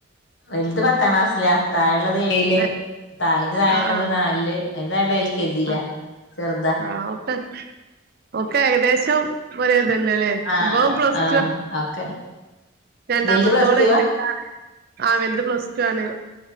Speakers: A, on the left; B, on the right.
A: വലുത് പത്താം ക്ലാസില താഴെ ള്ളത് ഏഴില്
B: ആഹ്
A: താ അതിന്റെ താഴെളളത്
B: ആഹ്
A: നാലില് അതിന്റെ താഴെ എൽ കെ ജി ലാ
B: ആഹ്
A: ചെറ്താ
B: ആഹ് ഓക്കെ ഒക്കെ ഏകദേശം ഒരേത ന്നെല്ലേ
A: ആഹ്
B: ഇവൻ പ്ലസ്
A: ആഹ് ഒക്കെ
B: രണ്ടാമ
A: വലുത് പ്ലസ്
B: തോള്
A: ടു
B: എ
A: വാ
B: ട്ട്ക്കാണ് ആ വെൽത് പ്ലസ് ടു ആണ്